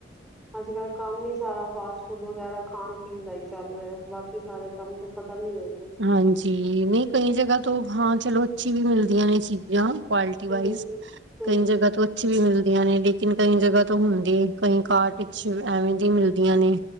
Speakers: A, in the centre; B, on the right.
A: ਅੱਜ ਕੱਲ ਕੰਮ ਹੀ ਸਾਰਾ ਫਾਸਟ ਫੂਡ ਵਗੈਰਾ ਖਾਣ ਪੀਣ ਦਾ ਹੀ ਚੱਲ ਰਿਹਾ ਬਾਕੀ ਸਾਰੇ ਕੰਮ ਤੇ ਖਤਮ ਹੀ ਹੋਏ ਪਏ ਨੇ
B: ਹਾਂਜੀ ਨਹੀਂ ਕਈ ਜਗ੍ਹਾ ਤੋਂ ਹਾਂ ਚਲੋ ਅੱਛੀ ਵੀ ਮਿਲਦੀਆਂ ਨੇ ਚੀਜ਼ਾਂ ਕਵਾਲਿਟੀ
A: ਹਮ
B: ਵਾਈਜ਼ ਕਈ
A: ਹਮ
B: ਜਗ੍ਹਾ ਤੋਂ ਅੱ ਵੀ ਮਿਲਦੀਆਂ ਨੇ ਲੇਕਿਨ ਕਈ ਜਗ੍ਹਾ ਤੋਂ ਹੁੰਦੀ ਕਈ ਕਾਰਟ ਵਿੱਚ ਐਵੇਂ ਦੀ ਮਿਲਦੀਆਂ ਨੇ।